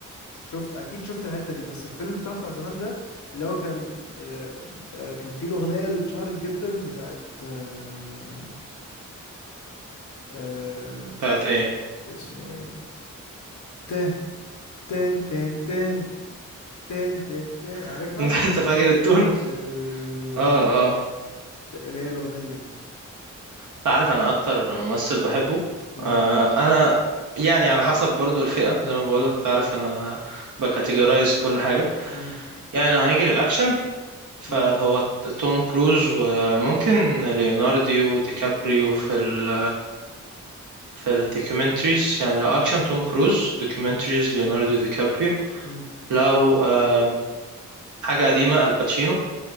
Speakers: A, on the left; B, on the right.
A: شفت اكيد شفت الحته دي بس الفيلم بتاعه بتاع زمان ده اللي هو كان آه آه كان فيه الاغنيه اللي اتشهرت جدا بتاعت آه آه
B: بتاعت ايه
A: اسمه ايه ته تن تن تن تن تن تن عارفها
B: <laughs> انت فاكر
A: تن
B: التون
A: تن تن
B: اه اه
A: ت- اللي هي الاغنيه دي
B: انت عارف انا اكتر ممثل بحبه
A: مم.
B: آه انا يعني على حسب برضو الفئة زي ما بقولك انت عارف انا بكاتيجورايز كل حاجة
A: مم.
B: يعني لو هنيجي للأكشن فهو
A: مم.
B: توم كروز وممكن ليوناردو دي كابريو في ال في الدوكيومنتريز يعني لو
A: مم.
B: اكشن توم كروز دوكيومنتريز ليوناردو دي كابريو
A: مم.
B: لو آم، حاجة قديمة الباتشينو